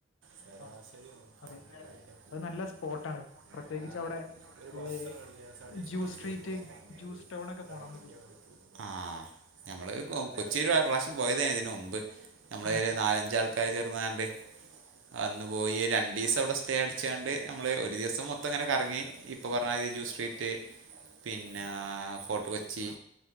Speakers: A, on the right; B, on the left.
A: ശരാശരി
B: ആ
A: നോക്കാണെങ്കിൽ
B: അതെ
A: <unintelligible>
B: അത് നല്ല
A: കൂടുതല്
B: സ്പോട്ടാണ് പ്രത്യേകിച്ച്
A: മൂഞ്ഞാറാണ്
B: അവിടെ
A: ഒരു വർഷം
B: ഏ
A: കഴിഞ്ഞ് ഞാൻ സതീശനെ
B: ജൂ
A: വിളിച്ചേർന്ന്
B: സ്ട്രീറ്റ്
A: <inaudible> കൂടെ പറഞ്ഞണ്ട്
B: ജ്യൂസ് ടൗൺ ഒക്കെ
A: നല്ല
B: പോണം
A: വണങ്കൻ
B: നമുക്ക്
A: ക ആ ഞമ്മള് കൊച്ചില് ഒരു പ്രാവശ്യം പോയതായിരുന്നു മുമ്പ് നമ്മള്
B: ഉം
A: നാലഞ്ച് ആൾക്കാര് ചേർന്ന് അന്ന് പോയി രണ്ടു ദിവസം അവിടെ സ്റ്റേ എടുത്ത് വച്ചാണ്ട് നമ്മൾ ഒരു ദിവസം മൊത്തം ഇങ്ങനെ കറങ്ങി ഫുവറായി ജൂ സ്ട്രീറ്റ് പിന്നെ ഫോട്ട് കൊച്ചി